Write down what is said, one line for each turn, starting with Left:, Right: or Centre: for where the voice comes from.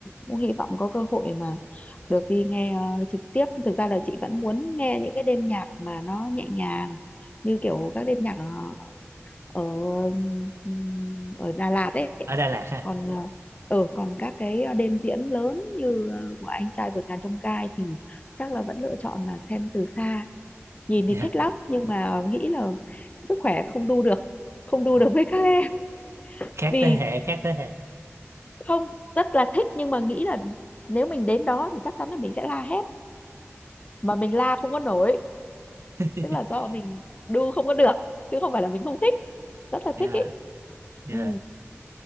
Left: cũng hy vọng có cơ hội mà được đi nghe ờ, trực tiếp thực ra là chị vẫn muốn nghe những cái đêm nhạc mà nó nhẹ nhàng như kiểu các đêm nhạc ờ, ở ừm, ở Đà Lạt ấy
Right: ở Đà Lạt ha
Left: còn ờ, ở còn các cái đêm diễn lớn như ờ, của anh trai vượt ngàn chông gai thì chắc là vẫn lựa chọn là xem từ xa nhìn thì
Right: Dạ.
Left: thích lắm nhưng mà nghĩ là sức khỏe không đu được không đu
Right: Ừ.
Left: được với các em
Right: khác
Left: vì
Right: thế hệ khác thế hệ
Left: không rất là thích nhưng mà nghĩ là nếu mình đến đó thì chắc chắn là mình sẽ la hét mà mình la không có nổi
Right: <laughs>
Left: tức là do mình đu không có được chứ không phải là mình không thích rất là
Right: dạ
Left: thích ý
Right: dạ
Left: ừ